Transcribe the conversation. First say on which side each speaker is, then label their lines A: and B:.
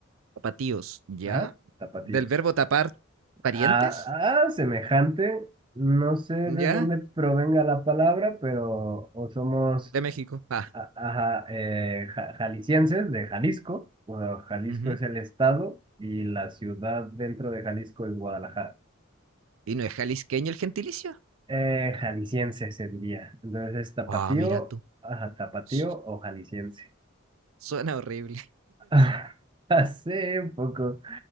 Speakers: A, on the right; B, on the right.
A: Tapatíos, ¿ya?
B: ajá, Tapatíos.
A: Del verbo tapar parientes,
B: A, a semejante, no sé de
A: ¿ya?
B: dónde provenga la palabra, pero o somos
A: De México. Ah,
B: a- ajá, eh, ja- jaliscienses de Jalisco, bueno, Jalisco
A: ujú.
B: es el estado y la ciudad dentro de Jalisco es Guadalajara.
A: ¿Y no es jalisqueño el gentilicio?
B: Eh, jalisciense se diría. Entonces es tapatío,
A: Ah, mira tú.
B: ajá, tapatío
A: Su-
B: o jalisciense.
A: Suena horrible.
B: <laughs> Hace poco,